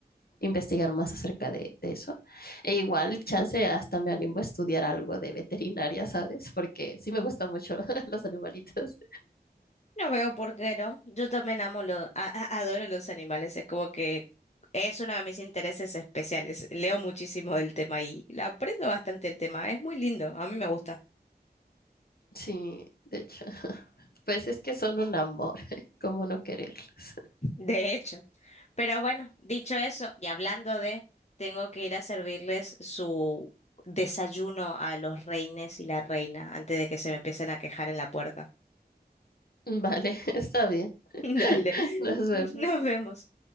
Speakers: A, on the left (about 65°); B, on the left (about 40°).
A: investigar más acerca de, de eso. E igual, chance, hasta me animo a estudiar algo de veterinaria, ¿sabes? Porque sí me gustan mucho <laughs> los animalitos.
B: no veo por qué no. Yo también amo los, adoro los animales, es como que es uno de mis intereses especiales. Leo muchísimo del tema y aprendo bastante el tema, es muy lindo, a mí me gusta.
A: Sí, de hecho, <laughs> pues es que son un amor, <laughs> ¿cómo no quererlos?
B: De hecho. Pero bueno, dicho eso, y hablando de, tengo que ir a servirles su desayuno a los reines y la reina antes de que se me empiecen a quejar en la puerta.
A: <laughs> Vale, <laughs> está bien.
B: <laughs>
A: <laughs>
B: Dale, <laughs>
A: Nos vemos.
B: nos vemos.